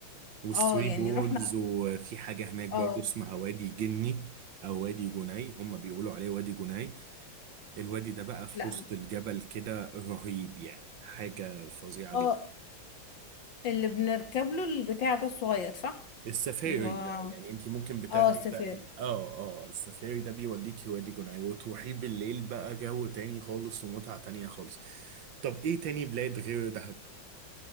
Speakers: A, on the right; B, on the left.
A: والثري
B: آه، يعني
A: بولز
B: رحنا
A: وفي حاجه هناك برضه
B: اه
A: اسمها وادي جني او وادي جني هم بيقولوا عليه وادي جني الوادي ده بقى في
B: لا
A: وسط الجبل كده رهيب يعني حاجه فظيعه
B: اه
A: جدا
B: اللي بنركب له البتاع ده الصغير صح
A: السفاري
B: اللي هو
A: ده يعني انت ممكن بتاخدي
B: اه السفير
A: بقى ال- اه اه السفاري ده بيوديكي وادي جناي وتروحي بالليل بقى جو تاني خالص ومتعة تانية خالص طب ايه تاني بلاد غير دهب